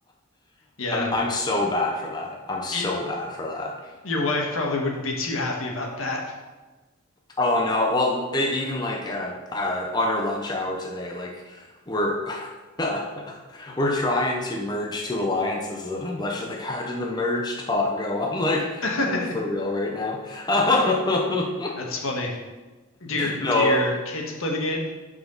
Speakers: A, on the left; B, on the left.
A: yeah.
B: I'm so bad for that. I'm so
A: Y-
B: bad for that.
A: your wife probably wouldn't be too happy about that.
B: Oh no. Well, e- even like um uh, on our lunch hour today, like we're <laughs> we're trying to merge two alliances, and I'm like, she's like, how did the merge talk go? I'm like,
A: <laughs>
B: are you for real right now? <laughs>
A: That's funny. Do your
B: No,
A: do your kids play the game?